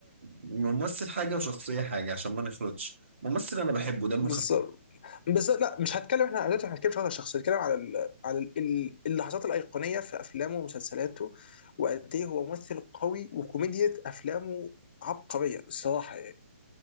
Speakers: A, on the right (about 65°); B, on the left (about 45°).
A: ممثل حاجة وشخصية حاجة عشان ما نخلطش ممثل أنا بحبه دمه
B: بالظبط
A: خفيف
B: بس لا مش هتكلم احنا دلوقتي ما هنتكلمش على الشخص هنتكلم على ال... على ال... ال- اللحظات الايقونيه في افلامه ومسلسلاته وقد ايه هو ممثل قوي وكوميديا افلامه عبقريه الصراحه يعني